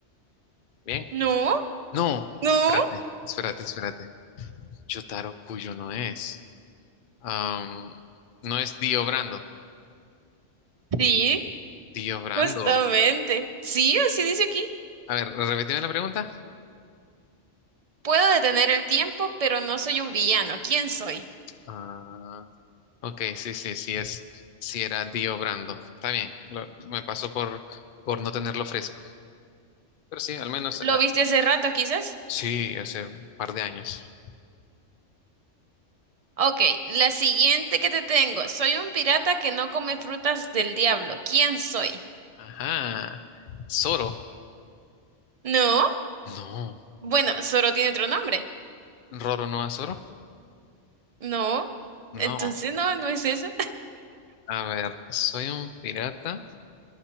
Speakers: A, on the left (about 55°); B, on the right (about 40°).
A: Bien.
B: No,
A: No,
B: no,
A: espérate, espérate, espérate. Jotaro Kujo no es. Am, no es Dio Brando.
B: sí,
A: Dio Brando.
B: justamente. Sí, así dice aquí.
A: A ver, repetime la pregunta.
B: Puedo detener el tiempo, pero no soy un villano. ¿Quién soy?
A: Ah, ok, sí, sí, sí es. Sí era Dio Brando. Está bien, lo- me pasó por, por no tenerlo fresco. Pero sí, al menos, ah,
B: ¿Lo viste hace rato, quizás?
A: sí, hace un par de años.
B: Ok, la siguiente que te tengo. Soy un pirata que no come frutas del diablo. ¿Quién soy?
A: Ajá. Zoro.
B: No,
A: No.
B: bueno, solo tiene otro nombre.
A: ¿Roro no a Zoro?
B: No,
A: No.
B: entonces no, no es eso.
A: A ver, soy un pirata